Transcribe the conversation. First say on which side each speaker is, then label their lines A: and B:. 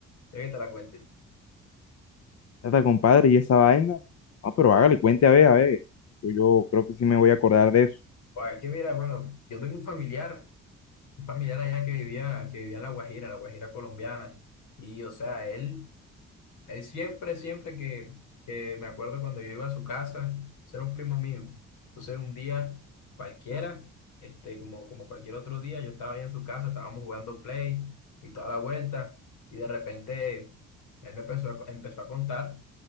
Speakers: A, on the left; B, on the left.
A: Quiero que te la cuente.
B: Está, compadre, ¿y esa vaina? No, pero hágale, cuente a ver, a ver. Yo, yo creo que sí me voy a acordar de eso.
A: Oiga, que mira, bueno, yo tengo un familiar, un familiar allá que vivía, que vivía en La Guajira, en La Guajira colombiana, y o sea, él Él siempre, siempre que, que me acuerdo cuando yo iba a su casa, ese era un primo mío. Entonces un día cualquiera, este, como, como cualquier otro día, yo estaba ahí en su casa, estábamos jugando play y toda la vuelta, y de repente él me empezó a, co- empezó a contar